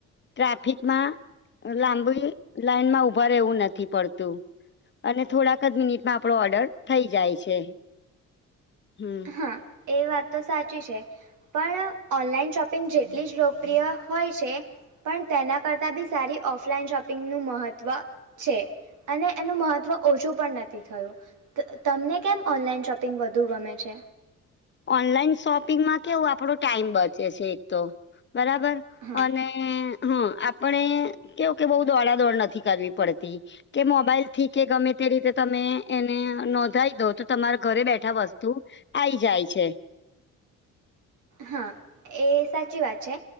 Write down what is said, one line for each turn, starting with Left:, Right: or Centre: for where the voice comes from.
Left: ટ્રાફિકમાં લાંબી લાઈનમાં ઉભા રહેવું નથી પડતું. અને થોડાક જ મિનિટમાં આપણો ઓર્ડર થઈ જાય છે. હમ
Right: હા, એ વાત તો સાચી છે. પણ ઓનલાઈન શોપિંગ જેટલી જ લોકપ્રિય હોય છે પણ તેના કરતા બી સારી ઓફલાઈન શોપિંગનું મહત્વ છે. અને એનું મહત્વ ઓછું પણ નથી થયું. તમને કેમ ઓનલાઈન શોપિંગ વધુ ગમે છે?
Left: ઓનલાઈન શોપિંગમાં કેવું આપડો ટાઈમ બચે છે એક તો બરાબર
Right: હા
Left: અને હ આપણે કેવું કે બઉ દોડા દોડ નથી કરવી પડતી. કે મોબાઈલથી કે ગમે તે રીતે તમે એને નોંધાઈ દો તો તમારા ઘરે બેઠા વસ્તુ આઈ જાય છે.
Right: હા, એ સાચી વાત છે